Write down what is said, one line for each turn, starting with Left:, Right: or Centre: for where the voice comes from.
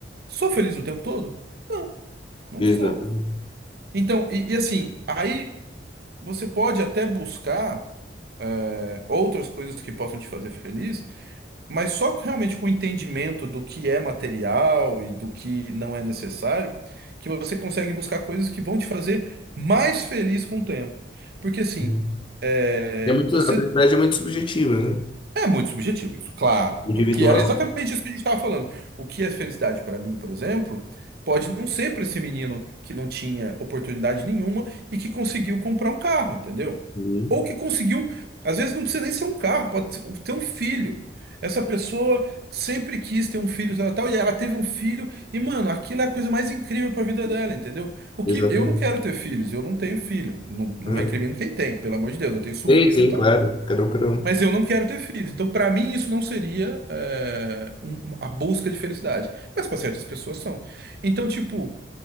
Right: Sou feliz o tempo todo? Não, não
Left: Exato.
Right: sou.
Left: Uhum,
Right: Então, e, e assim, aí você pode até buscar, é, outras coisas que possam te fazer feliz Mas só realmente com o entendimento do que é material e do que não é necessário, que você consegue buscar coisas que vão te fazer mais feliz com o tempo. Porque assim,
Left: uhum.
Right: é,
Left: É muito,
Right: você
Left: a felicidade é muito subjetiva, né?
Right: é muito subjetivo isso, claro.
Left: Individual.
Right: Que era exatamente isso que a gente estava falando. O que é felicidade para mim, por exemplo, pode não ser para esse menino que não tinha oportunidade nenhuma e que conseguiu comprar um carro, entendeu?
Left: Uhum,
Right: Ou que conseguiu, às vezes não precisa nem ser um carro, pode ser- ter um filho. Essa pessoa sempre quis ter um filho, tal, tal, e ela teve um filho, e mano, aquilo é a coisa mais incrível para a vida dela, entendeu? O que
Left: Exatamente.
Right: eu não quero ter filhos, eu não tenho filho, não, não
Left: Uhum.
Right: recrimino quem tem, pelo amor de Deus, eu tenho sobrinhos
Left: Sim, sim,
Right: e tal.
Left: claro. Cada um, cada um.
Right: Mas eu não quero ter filhos. Então, para mim, isso não seria é, um- um- a busca de felicidade. Mas para certas pessoas são. Então, tipo,